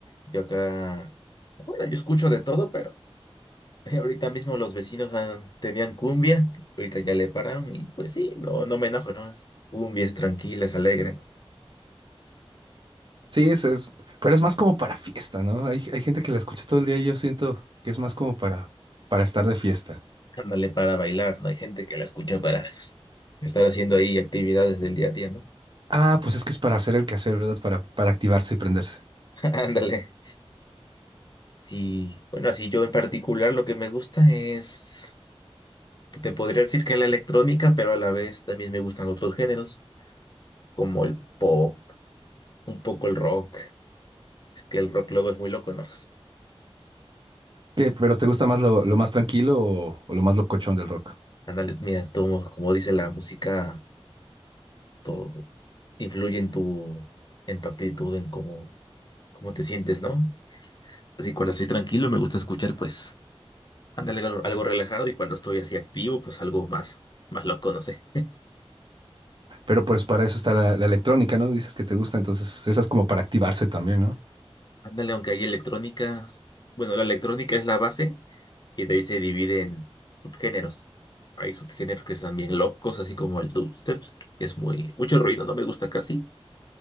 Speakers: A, on the left (about 45°); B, on the right (about 50°).
A: yo acá, bueno, yo escucho de todo, pero <laughs> Ahorita mismo los vecinos ah, tenían cumbia, ahorita ya le pararon y pues sí, no, no me enojo, ¿no? Es Cumbia es alegre, ¿no?
B: Sí, es, es, pero es más como para fiesta, ¿no? Hay, hay gente que la escucha todo el día y yo siento que es más como para, para estar de fiesta.
A: Ándale para bailar, ¿no? Hay gente que la escucha para estar haciendo ahí actividades del día a día, ¿no?
B: Ah, pues es que es para hacer el quehacer, ¿verdad? Para, para activarse y prenderse.
A: <laughs> Ándale. Sí, bueno, así yo en particular lo que me gusta es, te podría decir que la electrónica, pero a la vez también me gustan otros géneros, como el pop, un poco el rock. Es que el rock luego es muy loco, ¿no?
B: ¿Qué? ¿Pero te gusta más lo, lo más tranquilo o, o lo más locochón del rock?
A: Ándale, mira, como, como dice la música. todo influye en tu, en tu actitud, en cómo, cómo te sientes, ¿no? Así cuando estoy tranquilo me gusta escuchar, pues, ándale algo, algo relajado y cuando estoy así activo, pues algo más, más loco, no sé.
B: Pero pues para eso está la, la electrónica, ¿no? Dices que te gusta, entonces esa es como para activarse también, ¿no?
A: Ándale, aunque hay electrónica, bueno, la electrónica es la base y de ahí se divide en subgéneros. Hay subgéneros que están bien locos, así como el dubstep, que es muy, mucho ruido, no me gusta casi.